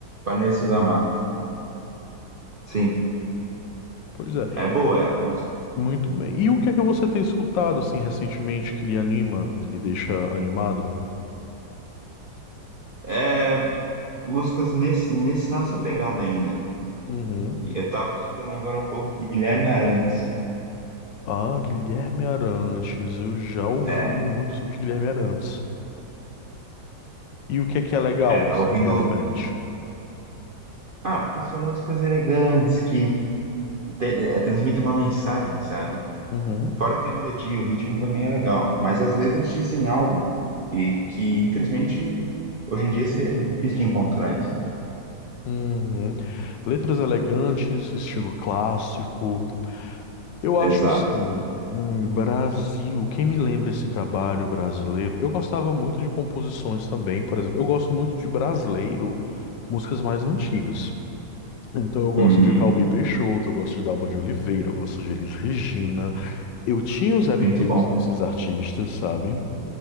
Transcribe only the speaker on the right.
Vanessa da Mata. Sim.
É boa ela, gosto.
É, músicas nesse, nesse, nessa pegada ainda.
E Eu tava escutando agora há pouco Guilherme Arantes.
É,
é, eu tava
ouvindo.
Ah, porque são músicas elegantes que tem- é, transmitem uma mensagem, sabe?
Fora que a melodia, o ritmo também é legal, mas as letras dizem algo e que, infelizmente, hoje em dia isso é difícil de encontrar isso, né?
Exato.
Uhum,
muito bom.